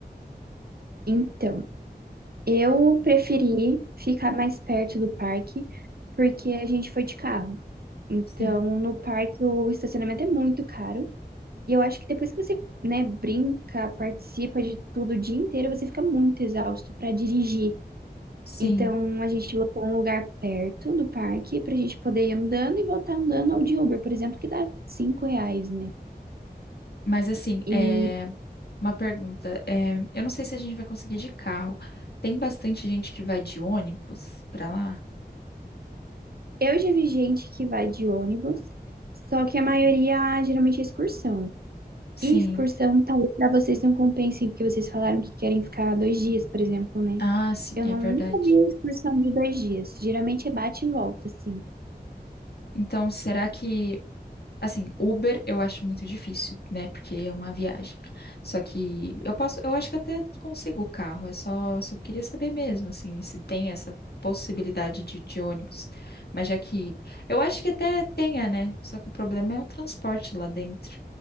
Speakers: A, on the right; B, on the left.
A: Então, eu preferi ficar mais perto do parque, porque a gente foi de carro. Então,
B: Sim.
A: no parque o estacionamento é muito caro. E eu acho que depois que você, né, brinca, participa de tudo o dia inteiro, você fica muito exausto para dirigir.
B: Sim,
A: Então, a gente locou um lugar perto do parque pra gente poder ir andando e voltar andando ao de Uber, por exemplo, que dá cinco reais, né?
B: mas assim,
A: E
B: é uma pergunta, é, eu não sei se a gente vai conseguir de carro. Tem bastante gente que vai de ônibus pra lá?
A: eu já vi gente que vai de ônibus, só que a maioria geralmente é excursão.
B: Sim.
A: E excursão, talvez pra vocês não compensem, porque vocês falaram que querem ficar dois dias, por exemplo, né?
B: Ah, sim,
A: Eu não
B: é verdade.
A: nunca vi excursão de dois dias. Geralmente é bate e volta, assim.
B: Então, será que Assim, Uber eu acho muito difícil, né? Porque é uma viagem. Só que eu posso, eu acho que até consigo o carro, é só, só queria saber mesmo, assim, se tem essa possibilidade de, de ônibus. Mas já que eu acho que até tenha, né? Só que o problema é o transporte lá dentro.